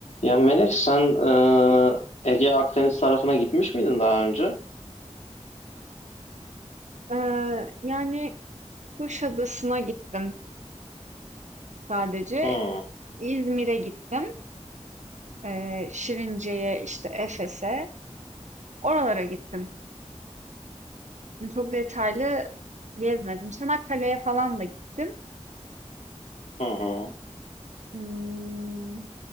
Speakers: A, on the left; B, on the right.
A: Ya Melek sen e, Ege Akdeniz tarafına gitmiş miydin daha önce?
B: Eee, yani Kuşadası'na gittim sadece.
A: Hı
B: İzmir'e gittim. Eee, Şirince'ye, işte Efes'e. Oralara gittim. Çok detaylı gezmedim. Çanakkale'ye falan da gittim.
A: hı hı.
B: Hmm,